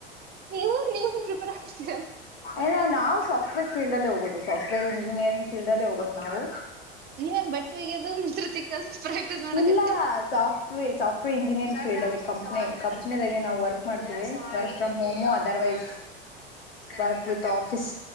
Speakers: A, on the right (about 35°); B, on the left (about 75°).
A: ನೀವು ನೀವ್ ಪ್ರಿಪೇರ್ ಆಗತ್ತೀರ
B: ಇಲ್ಲ ನಾವು ಸಾಫ್ಟ್ವೇರ್ ಫೀಲ್ಡ್ ಅಲ್ಲಿ ಹೋಗೋದು ಸಾಫ್ಟ್ವರ್ಂಜಿನಿಯರಿಂಗ್ ಫೀಲ್ಡ್ಲ್ಲಿ ಹೋಗೋದು ನಾವು
A: ನೀವೇನ್ ಬಟ್ಟೆ ಒಗ್ಯದು ಮುಸ್ರು ತಿಕ್ಕದು ಪ್ರಾಕ್ಟೀಸ್ ಮಾಡಕತ್ತೀರ
B: ಇಲ್ಲ ಸಾಫ್ಟ್ವೇರ್ ಸಾಫ್ಟ್ವೇರ್ ಇಂಜಿನಿಯರಿಂಗ್ ಫೀಲ್ಡನಲ್ಲಿ ಕಂಪ್ನಿದಾಗ ನಾವು ವರ್ಕ್ ಮಾಡ್ತೀವಿ work work from home otherwise work with office